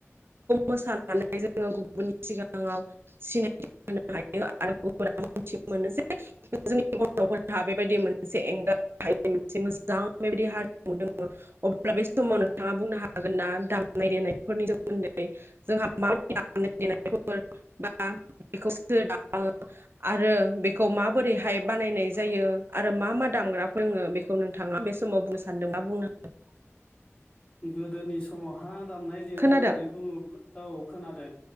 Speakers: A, on the right; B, on the left.
A: मोसानानै जोङो गुबुननि सिगाङाव सिनायथि होनो हायो आरो गुबुथिनो मोनो जे जोंनि बर'हा बेबायदि मोनसे एंगार <unintelligible> फोरोङो बेखौ नोंथाङा बे समाव बुंनो सानदों बा बुंनो हा
B: गोदोनि समावहा दामनाय देनाय
A: खोनादों
B: होननानै बुङोब्ला औ खोनादों।